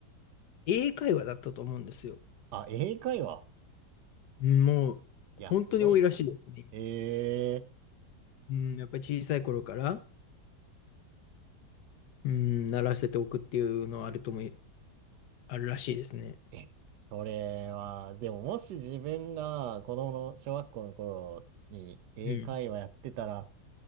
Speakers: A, on the left (about 75°); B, on the right (about 75°).
A: 英会話だったと思うんですよ。
B: あ、英会話。
A: うん、もう、
B: いや、
A: 本当に多いらしいですね。
B: すごいな。え
A: うん、やっぱり小さい頃から、うん、習わせておくっていうのはあるとも、あるらしいですね。
B: ー、え、それは、でももし自分が子供の小学校の頃に英会話やってたら、
A: うん。